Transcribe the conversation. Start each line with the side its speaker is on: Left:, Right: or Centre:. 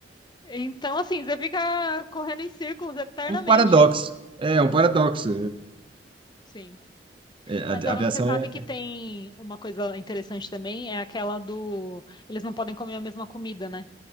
Left: Então, assim, você fica correndo em círculos eternamente.
Right: É um paradoxo. É um paradoxo.
Left: Sim.
Right: É, a
Left: Mas ó,
Right: a aviação
Left: você sabe
Right: é.
Left: que
Right: é.
Left: tem uma coisa interessante também, é aquela do. Eles não podem comer a mesma comida, né?